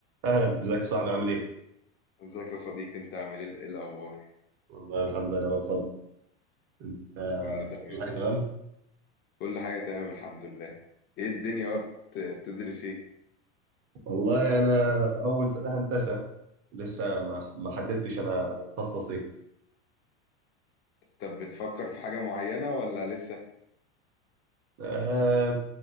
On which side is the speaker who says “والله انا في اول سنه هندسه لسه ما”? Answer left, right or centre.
Right